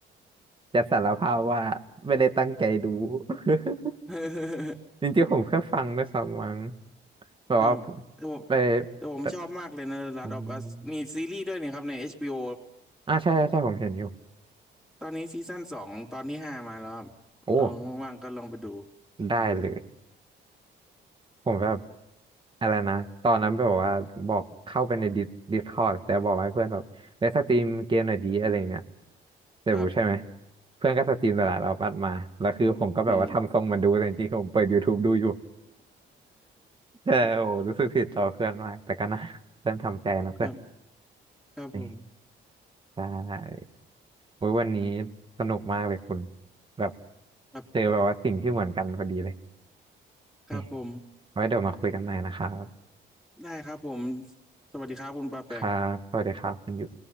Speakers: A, on the right; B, in the centre.
A: ๆจะสารภาพว่าไม่ได้ตั้งใจดู <laughs>
B: <laughs>
A: จริงๆผมแค่ฟังด้วยซ้ำมั้งแบบว่า
B: ครับแต่ผม
A: ไป
B: แต่ผมชอบมากเลยนะ
A: ไป
B: The Last
A: อืม
B: of Us มีซีรีส์ด้วยนี่ครับใน HBO
A: อ่าใช่ใช่ใช่ผมเห็นอยู่
B: ตอนนี้ซีซั่นสองตอนที่ห้ามาแล้วครับ
A: โอ้
B: ลองว่างๆก็ลองไปดู
A: ได้เลย ผมแบบอะไรนะตอนนั้นแบบว่าบอกเข้าไปในดิสดิสคอร์ดแต่บอกให้เพื่อนแบบเลสสตรีมเกมหน่อยดีอะไรเงี้ยเดี๋ยวใช่ไหม
B: ครับ
A: เพื่อนก็สตรีมตลลดเราปัดมาแล้วคือผมก็แบบว่าทำทรงเหมันดูแต่จริงๆผมเปิด
B: อืม
A: YouTube ดูอยู่ <laughs> แต่โอ้รู้สึกผิดต่อเพื่อนมากแต่ก็นะเพื่อนทำใจนะเพื่อน
B: <laughs> ครับครับผม
A: นี่ใช่โอ้ยวันนี้สนุกมากเลยคุณแบบ
B: ครับ
A: เจอแบบว่าสิ่งที่เหมือนกันพอดีเลย
B: ครับผม
A: นี่ไว้เดี๋ยวมาคุยกันใหม่นะครับ
B: ได้ครับผมสวัสดีครับคุณปาแปง
A: ครับสวัสดีครับคุณอยู่